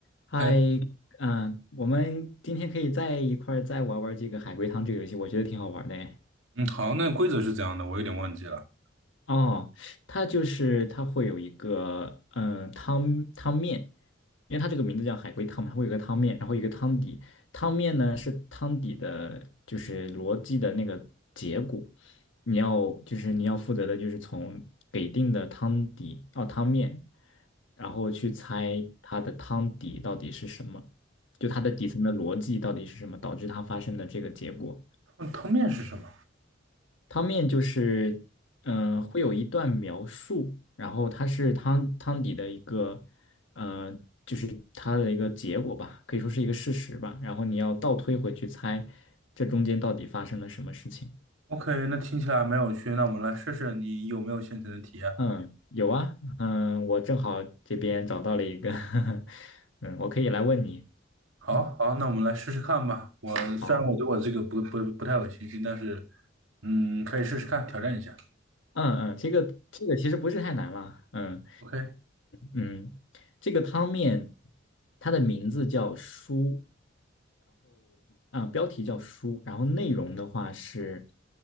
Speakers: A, on the left; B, on the right.
A: 嗨，
B: 哎，
A: 嗯，我们今天可以在一块儿再玩玩这个海龟汤这个游戏，我觉得挺好玩的诶。
B: 嗯，好，那规则是怎样的？我有点忘记了。
A: 哦，它就是它会有一个嗯、呃汤汤面，因为它这个名字叫海龟汤嘛，它会有一个汤面，然后一个汤底。汤面呢是汤底的，就是逻辑的那个结果。你要就是你要负责的就是从给定的汤底哦汤面，然后去猜它的汤底到底是什么，就它的底层的逻辑到底是什么，导致它发生的这个结果。
B: 嗯，汤面是什么
A: 汤面就是，嗯、会有一段描述，然后它是汤汤底的一个，呃，就是它的一个结果吧，可以说是一个事实吧。然后你要倒推回去猜，这中间到底发生了什么事情？
B: ？OK，那听起来没有趣，那我们来试试你有没有现成的题啊？
A: 嗯，有啊，嗯，我正好这边找到了一个 <laughs> 嗯，我可以来问你。
B: 好好，
A: 嗯，
B: 那我们来试试看吧。我虽然我对我这个不不不太有信心，
A: 好
B: 但是嗯，可以试试看，挑战一下。
A: 啊嗯嗯，这个这个其实不是太难了，嗯
B: OK，
A: 嗯，这个汤面它的名字叫“书”。啊，标题叫书，然后内容的话是